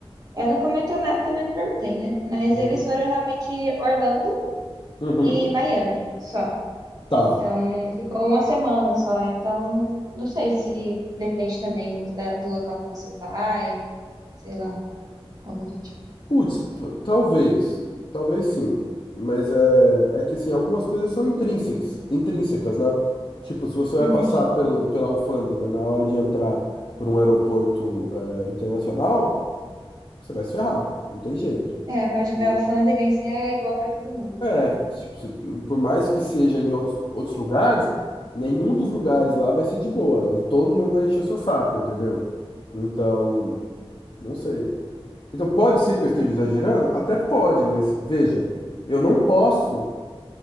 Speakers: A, on the right; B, on the left.
A: Ela não comentou nada, também não perguntei, né? Mas
B: uhum,
A: eles foram realmente Orlando
B: uhum,
A: e Miami, só.
B: tá.
A: Então, ficou uma semana só. Então, não sei se depende também muito da- do local que você vai, sei lá, algo do tipo.
B: Putz, p- talvez. Talvez sim. Mas é, é que assim, algumas coisas são intrínsecas, intrínsecas, né? Tipo, se você vai
A: Uhum.
B: passar pelo, pela alfândega na hora de entrar por um aeroporto é, internacional, você vai se ferrar. Não tem jeito.
A: É, a parte
B: Tipo,
A: da alfândega em si é igual para todo mundo,
B: É,
A: né?
B: tipo, se- por mais que seja em outros, outros lugares, nenhum dos lugares lá vai ser de boa. E todo mundo vai encher o seu saco, entendeu? Então, não sei. Então, pode ser que eu esteja
A: É.
B: exagerando? Até pode, mas veja, eu não posso